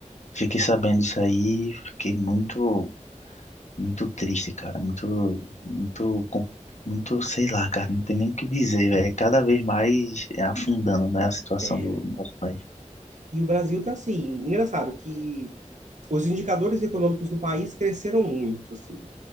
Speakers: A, on the left (about 65°); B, on the right (about 75°).
A: fiquei sabendo isso aí, fiquei muito, muito triste, cara, muito, muito, com- muito, sei lá, cara, não tem nem o que dizer, velho. Cada vez mais é afundando, né, a situação
B: É.
A: do nosso país.
B: E o Brasil está assim, engraçado que os indicadores econômicos do país cresceram muito. assim.